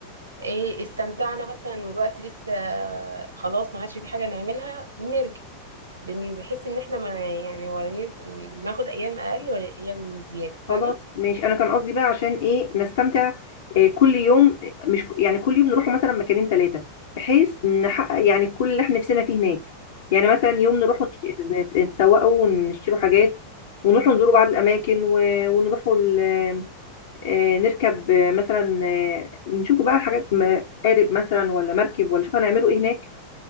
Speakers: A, on the right; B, on the left.
A: إيه استمتعنا مثلا والوقت لسه خلاص ما عادش في حاجة نعملها نرجع بن- بنحس إن احنا ما يعني ولا نز... ناخد أيام أقل ولا أيام زيادة
B: خلاص
A: فاهمة؟
B: ماشي انا كان قصدي بقى عشان ايه نستمتع إيه كل يوم مش ك- يعني كل يوم نروح مثلا مكانين ثلاثه بحيث نحقق يعني كل اللي احنا نفسنا فيه هناك يعني مثلا يوم نروح ونش- نت- نتسوقوا ونشتروا حاجات ونروح نزوروا بعض الاماكن و- ونروحوا ال- آه، نركب آه، مثلا آه، نشوفوا بقى حاجات م- قارب مثلا ولا مركب ولا شوف هنعملوا ايه هناك